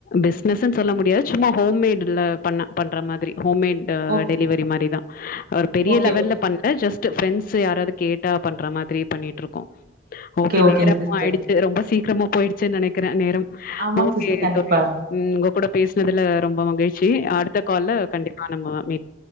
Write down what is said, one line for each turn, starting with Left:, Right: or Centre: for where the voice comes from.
Left: பிஸ்னஸ்ன்னு சொல்ல முடியாது சும்மா ஹோம்மேடுல பண்ண பண்ற மாதிரி ஹோம்மட்
Right: ஓ
Left: டெலிவரி மாரி தா ஒரு பெரிய
Right: ஓகே
Left: லெவல்ல
Right: ஓகே
Left: பண்ல ஜஸ்ட் ஃபிரெண்ட்ஸ் யாராவது கேட்டா பண்ற மாதிரி பண்ணிட்டு இருக்கோ ஓகே
Right: ஓகேங்
Left: நேரமொ
Right: சிஸ்டர்
Left: ஆயிடுச்சு ரொம்ப சீக்கிரமா போய்டுச்சு நெனைக்கற நேரம்
Right: ஆமாங்
Left: ஓகே
Right: சிஸ்டர் கண்டிப்பா
Left: தோ உம் உங்க கூட பேசுனதுல ரொம்ப மகிச் செய் ஆடுத் கால்ல கண்டிப்பா நம்ம மீட